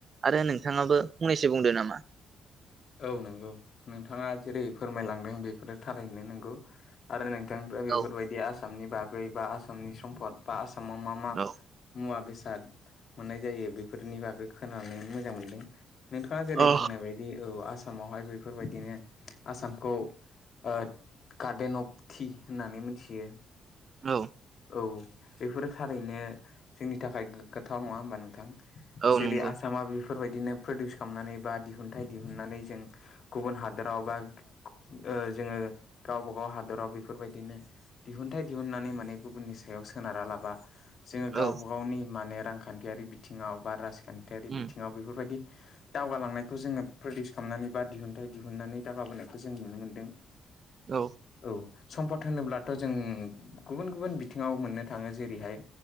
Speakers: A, on the right; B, on the left.
A: आरो नोंथाङाबो फंनैसो बुंदो नामा
B: औ नोंगौ नोंथाङा जेरै फोरमायलांदों बेफोरो थारैनो नोंगौ आरो नों थांनिफ्राय बेफोरबायदि
A: औ
B: आसामनि बागै बा आसामनि सम्फद बा आसामाव मा मा
A: औ
B: मुवा बेसाद मोननाय जायो बेफोरनि बागै खोनानानै मोजां मोनदों। नोंथाङा जेरै
A: औ
B: बुंनाय बायदि औ आसामावहाय बेफोरबायदिनो आसामखौ ओथ गार्डेन अफ टि होननानै मोनथियो।
A: औ।
B: औ बेफोरो थारैनो जोंनि थाखाय गोग्गाथाव नङा होमबा नोंथां?
A: औ
B: जेरै
A: नंगौ
B: आसामा बेफोरबायदिनो प्रदिउस खालामनानै बा दिहुनथाइ दिहुन्नानै जों गुबुन हादराव बा ओ जोङो गावबागाव हादराव बेफोरबायदिनो दिहुनथाइ दिहुननानै माने गुबुननि सायाव सोनारा लाबा जोङो गावबा
A: औ
B: गावनि माने रांखान्थियारि बिथिङाव बा राजखान थायारि
A: उम
B: बिथिङाव बेफोरबायदि दावगालांनायखौ जोङो प्रदिउस खालामनानै बा दिहुनथाइ दिहुननानै दावगाबोनायखौ जों नुनो मोन्दों।
A: औ
B: औ सम्पद होनोब्लाथ' जों गुबुन गुबुन बिथिङाव मोननो थाङो जेरैहाय